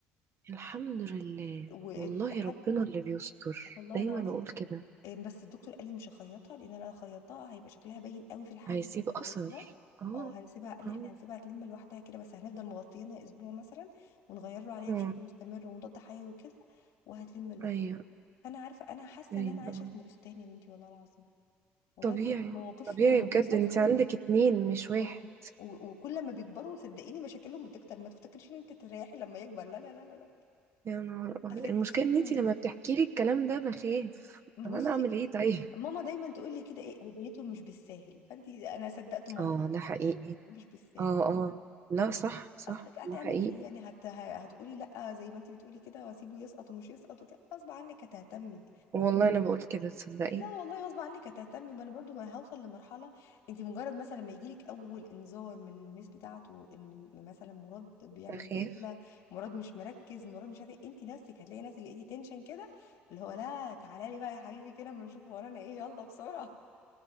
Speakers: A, on the right; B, on the left.
A: الحمد لله
B: ولحد
A: والله ربنا اللي بيستر
B: والله
A: دايما
B: العظيم
A: اقول كده
B: ام، بس الدكتور قال لي مش هخيطها لان انا لو خيطتها هيبقى شكلها باين قوي في الحاجب
A: هيسيب اثر
B: لما يكبر
A: اه
B: او هنسيبها قال لي
A: اه
B: احنا هنسيبها تلم لوحدها كده بس هنفضل مغطيينها اسبوع مثلا ونغير له عليها
A: اه
B: بشكل مستمر ومضاد حيوي وكده وهتلم لوحدها
A: ايوه
B: فانا عارفه انا حاسه
A: ايوه
B: ان انا عايشه
A: آه.
B: في مورستان يا بنتي والله العظيم والله
A: طبيعي
B: بجد مواقفهم
A: طبيعي
B: وقصصهم
A: بجد انت عندك اتنين مش
B: اه
A: واحد
B: و- وكل ما بيكبروا صدقيني مشاكلهم بتكتر ما تفتكريش ان انت تريحي لما يكبر لا لا لا لا لا
A: يا نهار أبيض.
B: اصلك
A: المشكلة
B: بتشتكي
A: ان انتي
B: ان
A: لما بتحكي لي الكلام ده بخاف
B: بصي
A: طب انا اعمل ايه طيب
B: ماما دايما تقول لي كده ايه هديتهم مش بالساهل فانت انا صدقت
A: <laughs>
B: ماما
A: اه
B: خلاص،
A: ده حقيقي
B: مش بالساهل
A: اه اه لا صح صح
B: اصلك هتعملي
A: ده حقيقي
B: ايه يعني هت... ه- هتقولي لا زي ما انت بتقولي كده واسيبه يسقط ومش يسقط وكده غصب عنك هتهتمي
A: والله انا بقول كده تصدقي
B: لا والله غصب عنك هتهتمي ما انا برضو ما هوصل لمرحله انت مجرد مثلا ما يجيلك اول انذار من الميس بتاعته ان م- مثلا مراد بيعمل
A: بخاف
B: مشكله مراد مش مركز مراد مش عارف ايه انت نفسك هتلاقي نفسك لقيتي تنشن كده اللي هو لا تعالى لي بقى يا حبيبي كده اما نشوف ورانا ايه يلا بسرعه